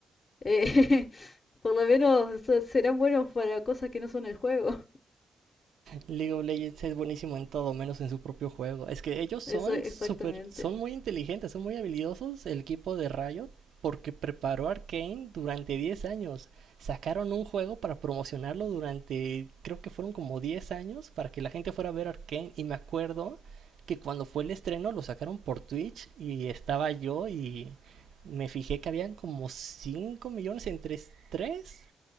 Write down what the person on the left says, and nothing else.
Eh, <laughs> por lo menos se- serán buenos para cosas que no son el juego. <laughs>
Eso, exactamente.